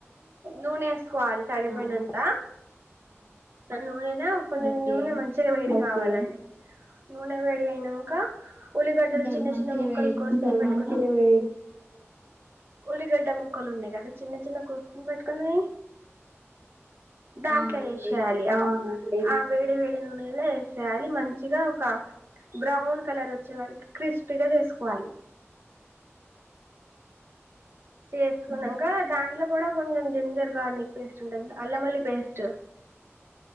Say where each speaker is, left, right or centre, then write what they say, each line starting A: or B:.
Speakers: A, on the right (about 55°); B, on the right (about 40°).
A: నూనేస్ కోవాలి చరిపోయినంత
B: ఆ
A: నూనె నా కొంచెం
B: ఓకే
A: నూనె మంచి చిగా వేడి కావాలండి నూనె వేడి అయ్యినంక ఉలిగడ్డలు
B: ఇంకా
A: చిన్న
B: మంచిగా
A: చిన్న ముక్కలు
B: వేడిన
A: కూసుకుని
B: తర్వాత
A: పెట్టుకునవి ఉల్లిగడ్డ ముక్కలు ఉన్నాయి కదా చిన్న చిన్న కోసుకుని పెట్టుకున్నవి దాంట్లో
B: అవునండి
A: వేసేయాలి ఆ వేడి వేడి నూనెలా వేసేయాలి మంచిగా ఒక బ్రౌన్ కలర్ వచ్చే వరకు క్రిస్పీగా చేసుకోవాలి చేసుకున్నాంక దాంట్లో కూడా కొంచెం జింజర్ గార్నిక్ పేస్ట్ ఉంటంది కదా అల్లం వెల్లుల్లి పేస్ట్